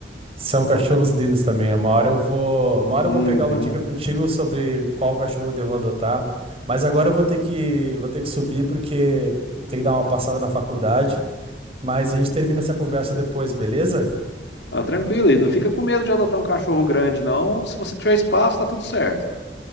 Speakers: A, on the right; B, on the left.
A: são cachorros lindos também. Uma hora eu vou, uma hora
B: Uhum.
A: eu vou pegar uma dica contigo sobre qual cachorro eu devo adotar. Mas agora eu vou ter que, vou ter que subir porque eu tenho que dar uma passada na faculdade. Mas a gente termina essa conversa depois, beleza?
B: Ah, tranquilo, e não fica com medo de adotar um cachorro grande, não. Se você tiver espaço, tá tudo certo.